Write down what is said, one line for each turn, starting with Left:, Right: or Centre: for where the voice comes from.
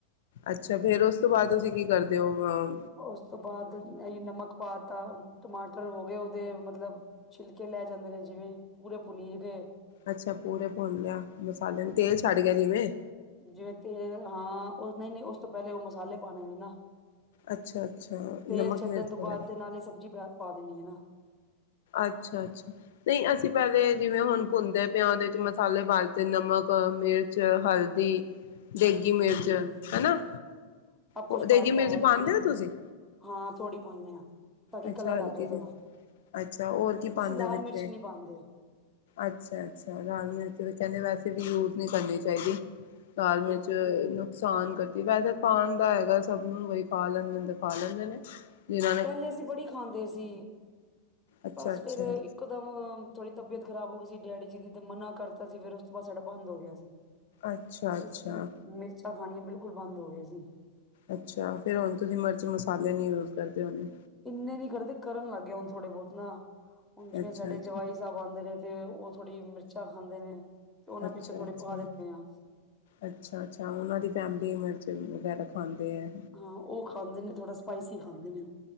Left: ਅਛਾ ਫੇਰ ਉਸ ਤੋ ਬਾਅਦ ਤੁਸੀ ਕੀ ਕਰਦੇ ਓ ਬਾਅ
Centre: ਉਸ ਤੋ ਬਾਅਦ ਅਹੀ ਈ ਨਮਕ ਪਾਤਾ ਟਮਾਟਰ ਹੋ ਗਏ ਉਹਦੇ ਮਤਲਬ ਛਿਲਕੇ ਲੈ ਜਾਦੇ ਨੇ ਜਿਵੇ ਪਾ ਪੂਰੇ ਪੁਨੀ ਦੇ ਏ
Left: ਅਛਾ ਪੂਰੇ ਭੁੰਨ ਲਿਆ ਮਸਾਲੇ ਨੂੰ ਤੇਲ ਛੱਡ ਕੇ ਗੀਵੇ
Centre: ਜਿਵੇ ਤੇਲ ਹਾਂ ਉਹ ਨਹੀ ਨਹੀ ਉਸ ਤੋ ਪਹਿਲੇ ਉਹ ਮਸਾਲੇ ਪਾਉਣੇ ਨੇ ਨਾ
Left: ਅੱਛਾ ਅੱਛਾ
Centre: ਤੇਲ
Left: ਨਮਕ
Centre: ਛੱਡਣ
Left: ਮਿਰਚ
Centre: ਤੋ
Left: ਵਗੈਰਾ
Centre: ਬਾਅਦ ਤੇ ਨਾਲੇ ਸਬਜੀ ਪਾ ਦੇਣੀ ਐ ਨਾ
Left: ਅੱਛਾ ਅੱਛਾ ਨਹੀ ਅਸੀ ਪਹਿਲੇ ਜਿਵੇ ਹੁਣ ਪੁੰਣਦੇ ਪਿਆਦੇ ਪਾਲੇ ਪਾਤੇ ਨਮਕ ਮਿਰਚ ਹਲਦੀ ਦੇਗੀ ਮਿਰਚ
Centre: ਹੂੰ
Left: ਹਨਾ ਆ
Centre: ਸਭ
Left: ਉ
Centre: ਕੁਛ
Left: ਦੇਗੀ
Centre: ਪਾਤਾ
Left: ਮਿਰਚ
Centre: ਹਲਦੀ
Left: ਪਾਦੇ ਓ ਤੁਸੀ
Centre: ਹਾਂ ਥੋੜ੍ਹੀ ਪਾਣੇ ਆ ਤਰਈ
Left: ਅੱਛਾ
Centre: ਕਲਰ ਆ
Left: ਹਲਦੀ
Centre: ਜਾਏ
Left: ਦੀ
Centre: ਥੋੜਾ
Left: ਅੱਛਾ ਹੋਰ ਕੀ ਪਾਉਂਦੇ
Centre: ਅਸੀਂ ਲਾਲ
Left: ਹੋ ਵਿੱਚ
Centre: ਮਿਰਚ ਨਹੀਂ ਪਾ ਦੇ
Left: ਅੱਛਾ ਅੱਛਾ ਲਾਲ ਮਿਰਚ ਚ ਵੈਸੇ ਵੀ ਯੂਜ ਨਹੀ ਕਰਨੀ ਚਾਹੀਦੀ ਈ ਦਾਲ ਮਿਰਚ
Centre: ਹਾਂ ਤੇ
Left: ਲੂ ਸਾਨ ਕਰਦੀ ਵੈਸੇ ਖਾਣ ਦਾ ਹੈਗਾ ਸਭ ਨੂੰ ਪਾ ਲੈਦੇ ਨੇ ਪਾ ਲੈਦੇ ਨੇ ਜਿਨਾ
Centre: ਪਹਿਲੇ ਅਸੀ ਬੜੀ ਖਾਦੇ ਸੀ
Left: ਅੱਛਾ
Centre: ਬਸ
Left: ਅੱਛਾ
Centre: ਫਿਰ ਇਕ ਇਕਦਮ ਥੋੜੀ ਤਬੀਅਤ ਖਰਾਬ ਹੋ ਗਈ ਸੀ ਡੈਡੀ ਜੀ ਦੀ ਤੇ ਮਨਾ ਕਰਤਾ ਸੀ ਫਿਰ ਉਸ ਤੋਂ ਬਾਅਦ ਸਾਡਾ ਬੰਦ ਹੋ ਗਿਆ ਸੀ
Left: ਅੱਛਾ ਅੱਛਾ
Centre: ਅਸੀ ਈ ਮਿਰਚਾ ਖਾਣੀਆਂ ਬਿਲਕੁਲ ਬੰਦ ਹੋ ਗਏ ਸੀ
Left: ਅੱਛਾ ਫੇਰ ਹੁਣ ਤੁਸੀ ਮਿਰਚ ਮਸਾਲੇ ਨੀ ਯੂਜ ਕਰਦੇ ਹੋਣੇ
Centre: ਇਨੇ ਵੀ ਕਰਦੇ ਕਰਨ ਲੱਗ ਜਾਣ ਥੋੜੇ ਬਹੁਤ ਨਾ ਹੁਣ ਜਿਵੇ
Left: ਅੱਛਾ
Centre: ਸਾਡੇ
Left: ਅੱਛਾ
Centre: ਜਵਾਈ ਸਾਹਿਬ ਆਦੇ ਨੇ ਤੇ ਜਿਹੜੀ ਮਿਰਚਾ ਖਾਦੇ ਨੇ ਤੇ ਉਹਨਾ
Left: ਅੱਛਾ
Centre: ਪਿੱਛੋ ਥੋੜ੍ਹੀ
Left: ਅੱਛਾ
Centre: ਪਾ ਦਿੰਦੇ ਆ
Left: ਅੱਛਾ ਅੱਛਾ ਉਹਨਾ ਦੀ ਪਾ ਦੇ ਉ ਮਿਰਚ ਵਗੈਰਾ ਖਾਦੇ ਐ
Centre: ਹਾਂ ਉਹ ਖਾਦੇ ਨੇ ਥੋੜਾ ਸਪਾਈਸੀ ਖਾਦੇ ਨੇ